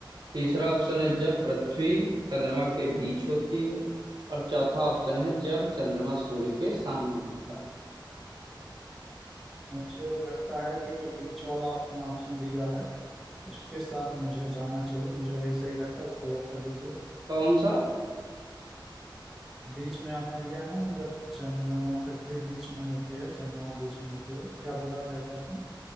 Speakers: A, on the right; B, in the centre.
A: तीसरा ऑप्शन है जब पृथ्वी चंद्रमा के बीच होती है और चौथा ऑप्शन है जब चंद्रमा सूर्य के सामने होता है
B: मुझे लगता है कि जो बीच वाला आपने ऑप्शन दिया है उसके साथ मुझे जाना चाहिए मुझे वही सही लगता है उसको लॉक कर दीजिए
A: कौन सा
B: बीच में आपने दिया है ना कि जब चंद्रमा पृथ्वी बीच में होती है चंद्रमा बीच में होती है क्या बोला था ऐसा आपने?